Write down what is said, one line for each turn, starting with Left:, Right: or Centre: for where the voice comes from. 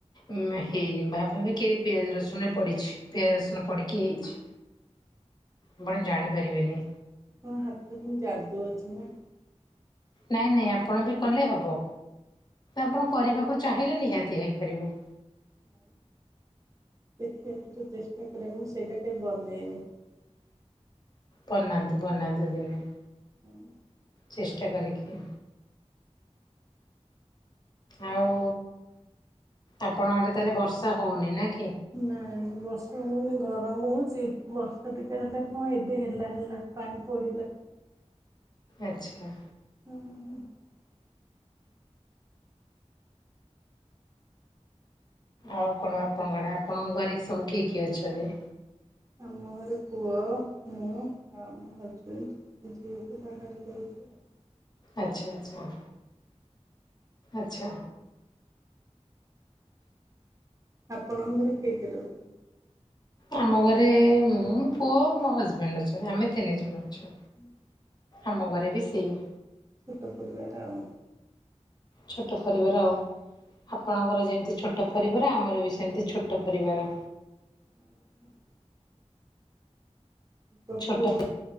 Left: ଉଁ ହେଇନି ଭାବିବେ କିଏ ପିଆଜ ରସୁନେ ପଡ଼ିଛି ପିଆଜ ରସୁଣ ପିକି ହେଇଛି।
Right: ହ
Left: ଆପଣ ଜଣି ପାରି ବେନି
Right: ତୁମ ହାତରେ କଣ ଯାଦୁ ଅଛି ନା
Left: ନାଇଁ ନାଇଁ ଆପଣ ବି କଲେ ହବ। ଆପଣ କରିବାକୁ ଚାହିଁଲେ ନିହାତି ହେଇପାରିବ।
Right: ହୋଉ। ଦେଖିବାକୁ ଏଥର ଚେଷ୍ଟା କରିବା ମୁଁ ସେଇଟା କେବେ ବନେଇନି
Left: ବନାନ୍ତୁ ବନାନ୍ତୁ ଦିନେ
Right: <unintelligible>
Left: ଚେଷ୍ଟା କରିକି। ଆଉ ଆପଣ ଆଡେ ତାହେଲେ ବର୍ଷା ହୋଉନି। ନା କି?
Right: ନାଇଁ ବର୍ଷା ହୋଉନି ଗ ଗରମ ହୋଉଚି। ବର୍ଷା ଟିକେ ହେଲେ ହଁ ଏବେ ହେଲା ହେଲା ପାଣି ପଡିଲା।
Left: ଆଛା।
Right: <unintelligible>
Left: ଆଉ କଣ ଆପଣଙ୍କର? ଆପଣଙ୍କ ଘରେ ସବୁ କିଏ କିଏ ଅଛନ୍ତି?
Right: ଆମ ଘରେ ପୁଅ, ମୁଁ, ଆଉ ଆମ ହଜବେଣ୍ଡ, ଝିଅଟି ବାହାରେ ରହୁଛି। <unintelligible>
Left: ଆଛା ଆଛା ଆଛା।
Right: ଆପଣଙ୍କର କିଏ କିଏ ରୋହୁଛନ୍ତି?
Left: ଆମ ଘରେ ମୁଁ, ପୁଅ, ମୋ ହଜବେଣ୍ଡ ଅଛନ୍ତି। ଆମେ ତିନି ଜଣ ଅଛୁ।
Right: ହୁଁ।
Left: ଆମ ଘରେ ବି ସେଇଆ।
Right: ଛୋଟ ପରିବାର ଆଉ।
Left: ଛୋଟ ପରିବାର ଆଉ। ଆପଣଙ୍କର ଯେମତି ଛୋଟ ପରିବାର। ଆମର ବି ସେମିତି ଛୋଟ ପରିବାର।
Right: <unintelligible> ପୁଅକୁ
Left: ଛୋଟ